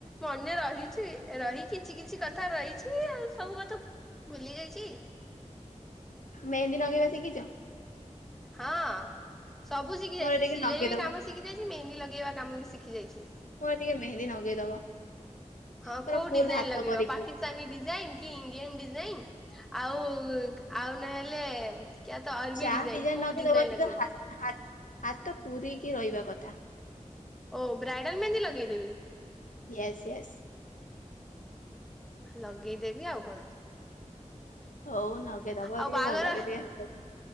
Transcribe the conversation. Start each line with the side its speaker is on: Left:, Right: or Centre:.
Centre: ମନେ ରହିଛି ରହି କିଛି କିଛି କଥା ରହିଛି ଆଉ ସବୁ କଥା ଭୁଲି ଯାଇଚି।
Left: ମେହେନ୍ଦୀ ନଗେଇବା ଶିଖିଚ?
Centre: ହଁ ସବୁ ଶିଖି
Left: ମୋର
Centre: ଯାଇଚି
Left: ଟିକେ
Centre: ସିଲେଇ
Left: ନଗେଇଦବ।
Centre: କାମ ସି ଶିଖି ଯାଇଚି ମେହେନ୍ଦି ଲଗେଇବା କାମ ବି ଶିଖି ଯାଇଚି।
Left: ମୋର ଟିକେ ମେହେନ୍ଦୀ ନଗେଇଦବ।
Centre: ହଁ
Left: ପୁରା
Centre: କୋଉ
Left: ଫୁଲ
Centre: ଡିଜାଇନ
Left: ହାତ
Centre: ଲଗେଇବ
Left: କରିକି।
Centre: ପାକି ସ୍ତାନୀ ଡିଜାଇନ କି ଇଣ୍ଡିଆନ ଡିଜାଇନ ଆଉ ଆଉ ନହେଲେ କ୍ୟାତ ଅରବି
Left: ଯା
Centre: ଡିଜାଇନ କୋଉ
Left: ନଗେଇଦବ
Centre: ଡିଜାଇନ
Left: କିନ୍ତୁ
Centre: ଲାଗେଇିବ?
Left: ହା ହାତ ପୁରୀକି ରହିବା କଥା।
Centre: ଓ ବ୍ରାଇଡ଼ାଲ୍ ମେହେନ୍ଦି ଲଗେଇଦେବି।
Left: Yes yes.
Centre: ଲଗେଇଦେବି ଆଉ କଣ।
Left: ହଉ ନଗେଇଦବ
Centre: ଆଉ
Left: ଟିକେ
Centre: ବାହାଘର
Left: ଭଲ ଲାଗିବ ଟିକେ ହାତକୁ।